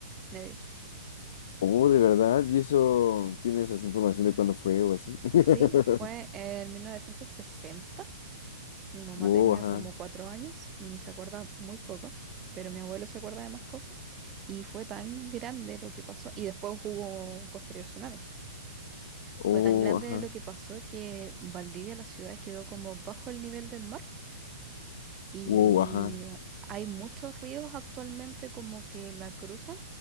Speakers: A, on the right; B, on the left.
A: medir.
B: Oh, de verdad. ¿Y eso tienes esa información de cuándo fue o así?
A: Sí,
B: <laughs>
A: fue en 1960. Mi mamá
B: Wow,
A: tenía
B: ajá.
A: como cuatro años y se acuerda muy poco, pero mi abuelo se acuerda de más cosas y fue tan grande lo que pasó, y después hubo un posterior tsunami, fue
B: Oh,
A: tan grande
B: ajá.
A: lo que pasó que Valdivia, la ciudad, quedó como bajo el nivel del mar y
B: Wow, ajá.
A: hay muchos ríos actualmente como que la cruzan